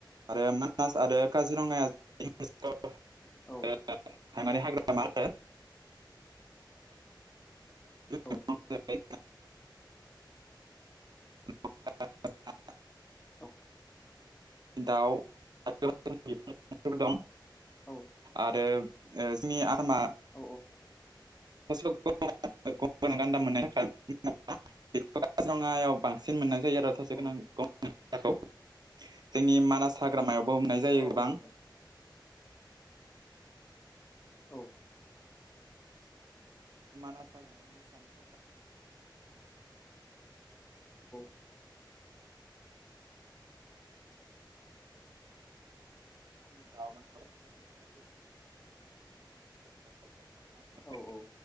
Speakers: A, on the right; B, on the left.
A: आरो मानास आरो काजिरङाया ' <unintelligible>
B: औ
A: हाइमारि हाग्रामा आरो
B: औ
A: <unintelligible> <unintelligible>
B: औ
A: दाउ <unintelligible> दं
B: औ
A: आरो जोंनि आरमा
B: औ
A: <unintelligible> गान्दा मोननाय थाखाय <unintelligible> रङायाव बांसिन मोननानै जायो आरो थसे
B: औ
A: गोनां <unintelligible> जोंनि मानास हाग्रामायावबो <unintelligible> जायो
B: औ
A: गोबां
B: नोंथां औ
A: मानास <unintelligible> <unintelligible>
B: औ
A: <unintelligible> दाउ मोननाय जायो।
B: औ औ